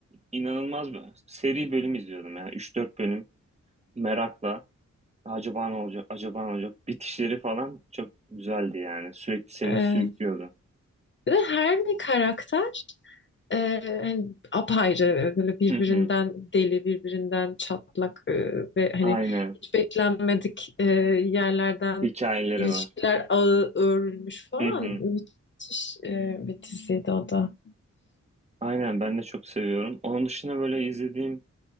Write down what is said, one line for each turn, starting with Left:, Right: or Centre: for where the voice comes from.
Right: inanılmaz bir seri bölüm izliyordum yani üç dört bölüm merakla. Acaba ne olacak? Acaba ne olacak? Bitişleri falan çok güzeldi yani. Sürekli seni
Left: E,
Right: sürüklüyordu.
Left: bir de her bir karakter e, hani apayrı böyle birbirinden
Right: Hı hı.
Left: deli birbirinden çatlak e, ve hani
Right: Aynen.
Left: hiç beklenmedik e, yerlerden
Right: Hikayeleri
Left: ilişkiler
Right: var.
Left: ağı örülmüş falan
Right: Hı hı.
Left: müthiş e, bir diziydi o da.
Right: Aynen ben de çok seviyorum. Onun dışında böyle izlediğim